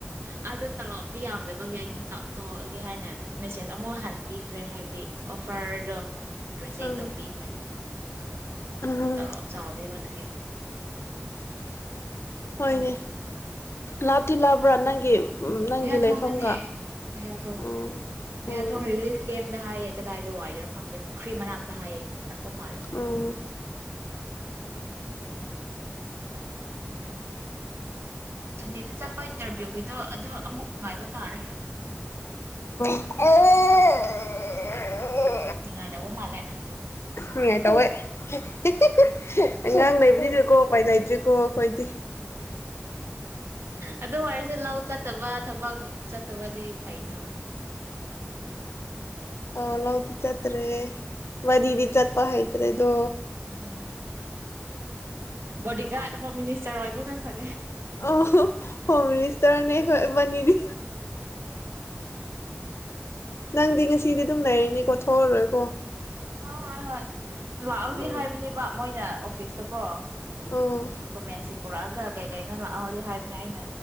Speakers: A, on the right; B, on the left.
A: ꯑꯗꯣ ꯇꯂꯣꯞꯇꯤ ꯌꯥꯝꯗꯕꯒꯤ ꯑꯩꯗꯣ ꯇꯥꯛ ꯇꯣꯛꯑꯒꯦ ꯍꯥꯏꯅ ꯃꯦꯁꯦꯖ ꯑꯃꯐꯥꯎ ꯍꯟꯕꯤꯈ꯭ꯔꯦ ꯍꯥꯏꯕꯗꯤ ꯗꯤ ꯑꯣꯐꯥꯔꯗꯣ ꯔꯤꯖꯦꯛ
B: ꯎꯝ
A: ꯇꯧꯕꯤꯈ꯭ꯔꯦ ꯑꯗꯣ
B: ꯎꯝ
A: ꯇꯂꯣ ꯆꯥꯎꯗ ꯇ
B: ꯍꯣꯏꯅꯦ
A: ꯑꯃꯨꯛ
B: ꯂꯥꯇꯤ ꯂꯥꯕ꯭ꯔꯥ ꯅꯪꯒꯤ ꯅꯪꯒꯤ
A: ꯈꯨꯌꯥꯊꯣꯡꯅꯅꯦ
B: ꯂꯩꯐꯝꯒ
A: ꯈꯨꯌꯥꯊꯣꯡ
B: ꯎꯝ
A: ꯈꯨꯌꯥꯊꯣꯡ
B: ꯎꯝ
A: ꯔꯤꯂꯤꯐ ꯀꯦꯝ ꯍꯥꯏꯑꯌꯦ ꯀꯗꯥꯏꯗ ꯋꯥꯏꯗꯅꯣ ꯈꯪꯗꯦ ꯄꯨꯈ꯭ꯔꯤ ꯃꯅꯥꯛꯇ ꯍꯥꯏꯑꯦ ꯅꯀ ꯃꯥꯔꯦ
B: ꯎꯝ
A: ꯑꯗꯨ ꯁꯟꯗꯦꯗ ꯆꯠꯄ ꯏꯟꯇꯔꯚꯤꯌꯨꯒꯤꯗꯣ ꯑꯗꯨ ꯑꯃꯨꯛ ꯉꯥꯏꯕ ꯇꯥꯔꯦ
B: ꯑꯦ
A: ꯁꯤꯉꯥꯏꯗ ꯃꯥꯂꯦ
B: ꯅꯨꯡꯉꯥꯏ ꯇꯧꯋꯦꯉꯥꯡ ꯅꯩꯕꯅꯤꯅꯀꯣ ꯄꯥꯏ ꯂꯩꯩ ꯍꯧꯀꯣ ꯑꯩꯈꯣꯏꯗꯤ
A: ꯑꯗꯨ ꯋꯥꯔꯤꯁꯦ ꯂꯧ ꯆꯠꯇꯕ ꯊꯕꯛ ꯆꯠꯇꯕꯗꯤ ꯐꯩꯅ
B: ꯑ ꯂꯧꯥꯎꯗꯤ ꯆꯠꯇ꯭ꯔꯦ ꯋꯥꯗꯤꯗꯤ ꯆꯠꯄꯩꯠ꯭ꯔꯦꯗꯣ
A: ꯎꯝ ꯕꯣꯗꯤꯒꯥꯔꯗ ꯍꯣꯝ ꯃꯤꯅꯤꯁꯇꯔ ꯑꯣꯏꯕꯅ ꯐꯔꯦ
B: ꯑ ꯍꯣꯝ ꯃꯤꯅꯤꯁꯇꯔꯅꯦ ꯑꯩꯈꯕꯅꯤꯗꯤ ꯅꯪꯗꯤ ꯁꯤꯗꯤ ꯑꯗꯨꯝ ꯂꯩꯔꯅꯤꯀꯣ ꯊꯣꯛꯑꯔꯣꯏꯀꯣ
A: ꯊꯣꯏꯣꯏ ꯂꯥꯛꯍꯎꯗꯤ
B: ꯎꯝ
A: ꯍꯥꯏꯕꯅꯦꯕ ꯃꯣꯏꯅ ꯑꯣꯐꯤꯁꯇꯀꯣ
B: ꯑꯣ
A: ꯎꯝꯀ ꯃꯁꯤ ꯄꯨꯔꯛꯑ ꯀ ꯀꯩ ꯀꯅ ꯂꯥꯛꯑꯗꯤ ꯍꯥꯏꯕꯅꯦ ꯑꯩꯅ